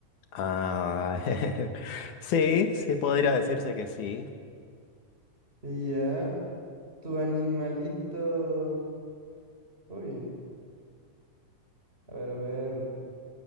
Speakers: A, on the left; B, on the right.
A: Ah, <laughs> sí, sí, podría decirse que sí.
B: Y ya, tu animalito... Uy, a ver, a ver,